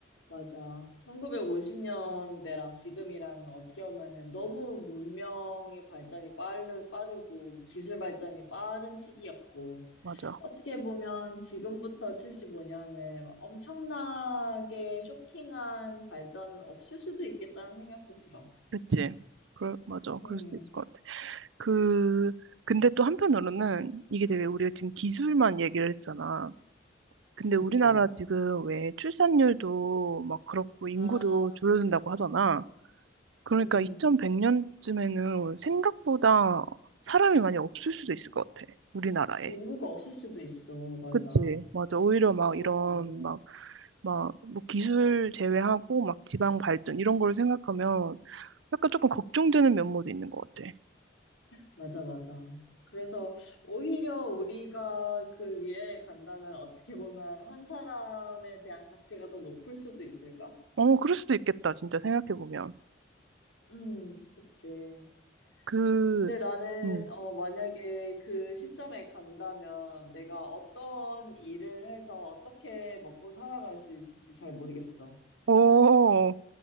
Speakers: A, on the left (about 85°); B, on the right (about 80°).
A: 맞아. 1950년대랑 지금이랑 어떻게 보면은 너무 문명의 발전이 빠르, 빠르고, 뭐 기술 발전이 빠른 시기였고,
B: 맞아.
A: 어떻게 보면 지금부터 75년은 엄청나게 쇼킹한 발전은 없을 수도 있겠다는 생각도 들어.
B: 그치. 그럴, 맞아.
A: 음,
B: 그럴 수도 있을 것 같아. 그, 근데 또 한편으로는 이게 되게 우리가 지금 기술만 얘기를 했잖아. 근데
A: 그치.
B: 우리나라 지금 왜 출산율도 막 그렇고 인구도
A: 아,
B: 줄어든다고 하잖아. 그러니까
A: 음,
B: 2100년쯤에는
A: 음.
B: 생각보다 사람이 많이 없을 수도 있을 것 같아. 우리나라에.
A: 인구가 없을 수도 있어. 맞아.
B: 그치. 맞아. 오히려 막
A: 어, 어,
B: 이런 막, 막, 뭐 기술 제외하고 막 지방 발전 이런 거를 생각하면 약간 조금 걱정되는 면모도 있는 것 같아.
A: 맞아, 맞아. 그래서 오히려 우리가 그 위에 간다면 어떻게 보면 한 사람에 대한 가치가 더 높을 수도 있을까?
B: 어, 그럴 수도 있겠다, 진짜 생각해보면.
A: 음, 그치.
B: 그,
A: 근데 나는,
B: 음,
A: 어, 만약에 그 시점에 간다면 내가 어떤 일을 해서 어떻게 먹고 살아갈 수 있을지 잘 모르겠어.
B: 오,